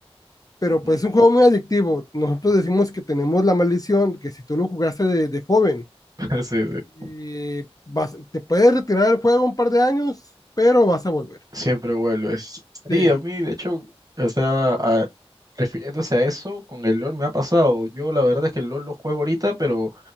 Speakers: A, on the left; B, on the right.
A: pero
B: Ujú.
A: pues es un juego muy adictivo. Nosotros decimos que tenemos la maldición, que si tú lo jugaste de, de joven,
B: <laughs> Sí, sí.
A: eh, vas- te puedes retirar del juego un par de años, pero vas a volver.
B: Siempre vuelves. Sí,
A: Sí,
B: a mí, de hecho, o sea, a- refiriéndose a eso, con el LOL me ha pasado. Yo la verdad es que el LOL lo juego ahorita, pero